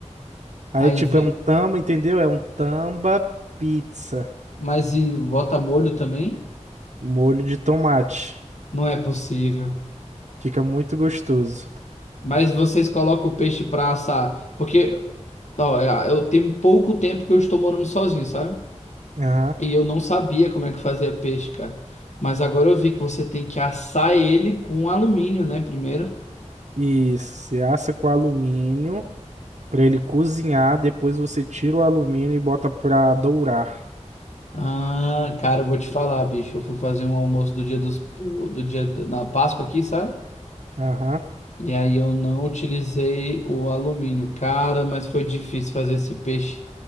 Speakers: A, on the right (about 65°); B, on the left (about 70°).
A: Aí
B: Aí,
A: é tipo
B: vi-
A: é um tamba, entendeu? É um tamba pizza,
B: mas e bota molho também?
A: molho de tomate.
B: Não é possível.
A: Fica muito gostoso.
B: Mas vocês colocam o peixe pra assar. Porque, ó, é, eu tenho pouco tempo que eu estou morando sozinho, sabe?
A: Aham.
B: E eu não sabia como é que fazia peixe, cara. Mas agora eu vi que você tem que assar ele com alumínio, né? Primeiro.
A: Isso, você assa com alumínio para ele cozinhar, depois você tira o alumínio e bota para dourar.
B: Ah, cara, eu vou te falar, bicho. Eu fui fazer um almoço do dia dos, do do dia da- na Páscoa aqui, sabe?
A: Aham.
B: E aí eu não utilizei o alumínio, cara, mas foi difícil fazer esse peixe